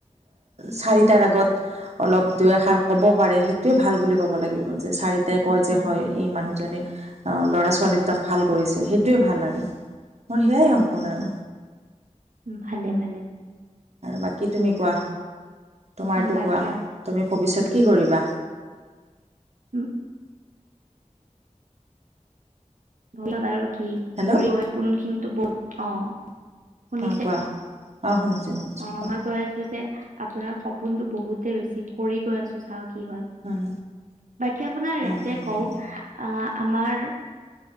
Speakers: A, on the right; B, on the right.
A: চাৰিটাৰ আগত অলপ দুআষাৰ ক'ব পাৰে সেইটোৱে ভাল বুলি ক'ব লাগিব চাৰিটাই কয়
B: উম
A: যে
B: উম
A: হয় এই মানুহজনে ল'ৰা- ছোৱালী দুটাক ভাল কৰিছে সেইটোৱে ভাল আৰু মোৰ সেয়াই সপোন
B: উম উম
A: আৰু
B: উম ভালে ভালে
A: বাকী তুমি কোৱা তোমাৰতো
B: উম বাকীয়া
A: কোৱা তুমি ভৱিষ্যত কি কৰিবা?
B: উম <unintelligible>
A: হেল্ল'
B: কিন্তু বহুত অ শুনিছে
A: অঁ কোৱা অঁ শুনিছোঁ শুনিছোঁ
B: অ
A: কোৱা
B: মই কৈ আছো যে আপোনাৰ সপোনতো বহুতে বেছি কৰি গৈ আছো চাওক কি হয়
A: হুম
B: বাকী আপোনাৰ
A: হুম
B: ইয়াতে
A: হুম
B: কওঁ
A: হুম
B: আহ আমাৰ